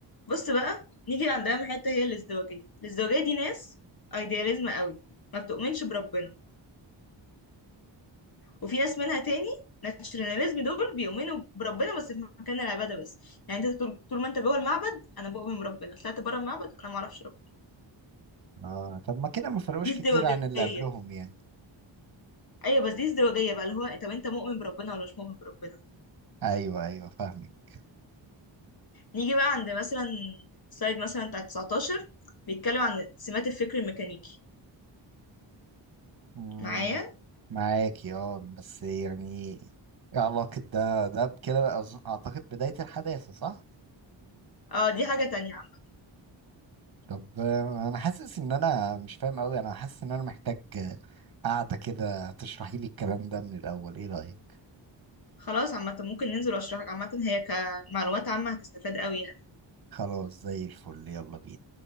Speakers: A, on the left; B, on the right.
A: بص بقى نيجي عند اهم حته هي الازدواجيه الازدواجيه دي ناس ايدياليزم قوي ما بتؤمنش بربنا وفي ناس منها تاني ناتشناليزم دول بيؤمنوا بربنا بس في مكان العباده بس يعني انت طول, طول ما انت جوه المعبد انا بؤمن بربنا طلعت بره المعبد انا ما اعرفش ربنا
B: آه طب ما كده ما فرقوش
A: دي ازدواجيه
B: كتير عن اللي قبلهم يعني
A: ايوه بس دي ازدواجيه بقى اللي هو طب انت مؤمن بربنا ولا مش مؤمن بربنا
B: أيوه أيوه فاهمك
A: نيجي بقى عند مثلا سلايد مثلا بتاع 19 بيتكلم عن سمات الفكر الميكانيكي
B: مم،
A: معايا
B: معاكي اه بس يعني إيه علاقة ده ده بكده أظن- أعتقد بداية الحداثة صح؟
A: اه دي حاجة تانية عامة
B: طب آه، انا حاسس ان انا مش فاهم قوي انا حاسس ان انا محتاج آه، قعدة كده تشرحي لي الكلام ده من الاول ايه رأيك
A: خلاص عامة ممكن ننزل واشرحك عامة هي كمعلومات عامة هتستفاد قوي يعني
B: خلاص زي الفل يلا بينا